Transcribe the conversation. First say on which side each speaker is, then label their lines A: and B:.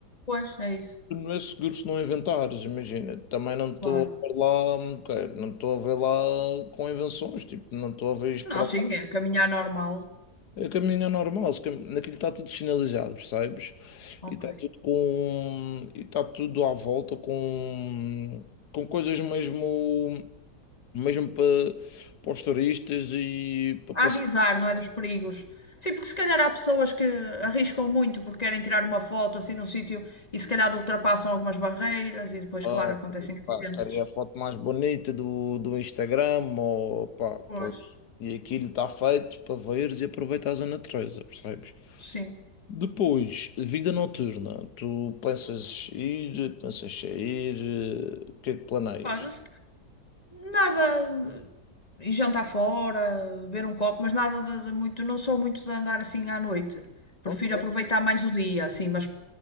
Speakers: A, on the left; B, on the left.
A: Pois, é isso.
B: Não é seguro se não inventares, imagina. Também não estou
A: Claro.
B: a ver lá, ok, não estou a ver lá com invenções, tipo, não estou a ver isto
A: Não,
B: para
A: sim,
B: lá.
A: é caminhar normal.
B: O caminho é normal, se cam- naquilo está tudo sinalizado, percebes?
A: Ok.
B: E está tudo com, e está tudo à volta com, com coisas mesmo, mesmo para, para os turistas e para
A: A
B: passar.
A: avisar, não é dos perigos. Sim, porque se calhar há pessoas que arriscam muito porque querem tirar uma foto assim num sítio e se calhar ultrapassam algumas barreiras e depois,
B: Ah,
A: claro, acontecem acidentes.
B: pá, querem a foto mais bonita do, do Instagram, ou pá,
A: Pois,
B: pois. E aquilo está feito para veres e aproveitares a natureza, percebes?
A: sim.
B: Depois, vida noturna. Tu pensas ir, pensas sair, eh, o que é que planeias?
A: Mas, nada. E jantar fora, beber um copo, mas nada de, de muito. Não sou muito de andar assim à noite. Prefiro
B: Ok,
A: aproveitar mais o dia, assim. Mas